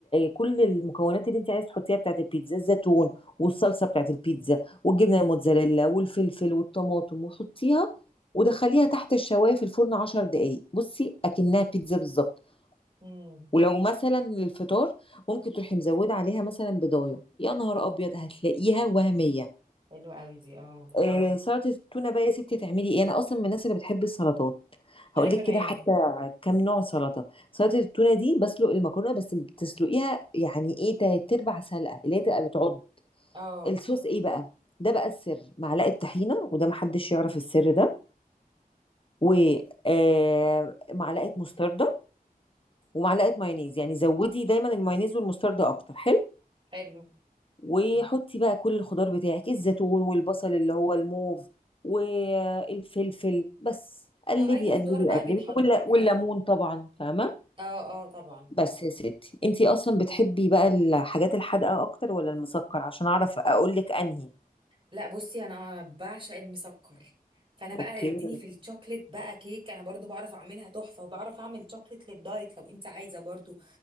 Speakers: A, on the left; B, on the right.
A: كل المكونات اللي انت عايز تحطيها بتاعت البيتزا الزيتون والصلصة بتاعت البيتزا والجبنة الموتزاريلا والفلفل والطماطم وحطيها ودخليها تحت الشواية في الفرن 10 دقايق بصي اكنها بيتزا بالظبط
B: امم
A: ولو مثلا الفطار ممكن تروحي مزوده عليها مثلا بضايه يا نهار ابيض هتلاقيها وهميه
B: حلو قوي دي اه
A: آه سلطه التونه بقى يا ستي تعملي ايه انا اصلا من الناس اللي بتحب السلطات هقول
B: انا كمان
A: لك كده حتى كام نوع سلطه سلطه التونه دي بسلق المكرونه بس بتسلقيها يعني ايه تلات ارباع سلقه اللي هي تبقى بتعض
B: اه
A: الصوص ايه بقى ده بقى السر معلقه طحينه وده محدش يعرف السر ده ومعلقه مستردة ومعلقه مايونيز يعني زودي دايما المايونيز والمستردة اكتر حلو
B: حلو
A: وحطي بقى كل الخضار بتاعك الزيتون والبصل اللي هو الموف والفلفل بس قلبي
B: اه اي خضار
A: قلبي
B: بقى
A: قلبي
B: بيتحط
A: ولا والليمون طبعا فاهمه
B: اه اه طبعا
A: بس يا ستي انتي اصلا بتحبي بقى الحاجات الحادقه اكتر ولا المسكر عشان اعرف اقول لك انهي
B: لا بصي انا بعشق المسكر فانا بقى
A: اوكي
B: اديني
A: ايه
B: في الشوكليت بقى كيك انا برضو بعرف اعملها تحفه وبعرف اعمل شوكليت للدايت لو انت عايزه برضو